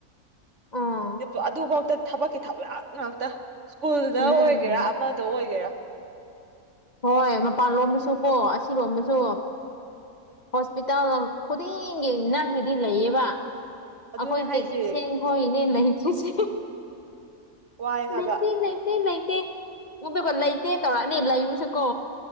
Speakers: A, on the left; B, on the right.
A: ꯑꯥ
B: ꯗꯨꯄꯥ ꯑꯗꯨꯐꯥꯎꯗ ꯊꯕꯛꯀꯤ ꯊꯕꯛ ꯉꯥꯛꯇ ꯁ꯭ꯀꯨꯜꯗ
A: ꯎꯝ
B: ꯑꯣꯏꯒꯦꯔꯥ ꯑꯃꯗ ꯑꯣꯏꯒꯦꯔꯥ
A: ꯍꯣꯏ ꯃꯄꯥꯟ ꯂꯣꯝꯗꯁꯨ ꯀꯣ ꯑꯁꯤꯔꯣꯝꯗꯁꯨ
B: ꯎꯝ
A: ꯍꯣꯁꯄꯤꯇꯥꯜ ꯈꯨꯗꯤꯡꯒꯤ ꯅꯔꯁꯁꯤꯗꯤ ꯂꯩꯌꯦꯕ
B: ꯑꯗꯨꯅꯦ
A: ꯑꯩꯈꯣꯏ
B: ꯍꯥꯏꯁꯦ
A: ꯇꯦꯛꯅꯤꯁꯤꯌꯥꯟ ꯍꯣꯏꯅꯦ ꯂꯩꯇ꯭ꯔꯤꯁꯦ
B: ꯋꯥꯏ ꯍꯥꯏꯕ
A: ꯂꯩꯇꯦ ꯂꯩꯇꯦ ꯂꯩꯇꯦ ꯑꯗꯨꯒ ꯂꯩꯇꯦ ꯇꯧꯔꯛꯑꯅꯤ ꯂꯩꯕꯁꯨꯀꯣ